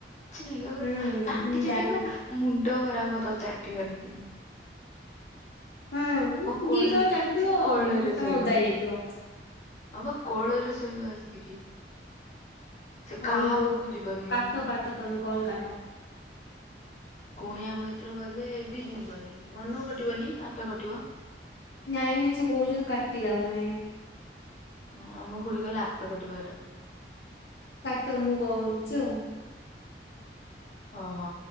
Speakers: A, on the left; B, on the left.
A: ନାଇଁ କେବଳ
B: ହୁଁ
A: ଚାଟି
B: ହୁଁ
A: ଚାଟିକି
B: ଜାଣିଛି
A: ପୁରା ମୁଣ୍ଡ ଖରାପ <unintelligible> ଚାଟିବ ଏମିତି ।
B: ହଁ
A: କୋଳରେ
B: ଦି ଥର ଚାଟିଥିବ
A: ସେ କୋଳରେ
B: ତମେ
A: ଶୋଇବ
B: ଉଦା ହେଇଯାଇଥିବ।
A: ହଁ ବା କୋଳରେ ଶୋଇବ ଆସିକି। ସେ
B: ହଉ
A: କାହା
B: ହଉ
A: ପାଖକୁ ଯିବନି
B: କାଟ
A: ମାନେ
B: କାଟ ତମେ କଲ କାଟ।
A: କୁଣିଆ ମୈତ୍ର ଗଲେ ଏ ବି ଯିବନି ମନ କଟିବନି ଆପେ କଟିବ।
B: ନାଇ ନାଇ ସେ କହୁଛନ୍ତି କାଟି ଦେବା ପାଇଁ <inaudible>
A: ହଁ ମୁଁ ଖୁଡି କହିଲେ ଆପେ କଟିବ ଏଇଟା।
B: କାଟ ମୁଁ କରଛି ଆଉ <inaudible>
A: ଓହୋ।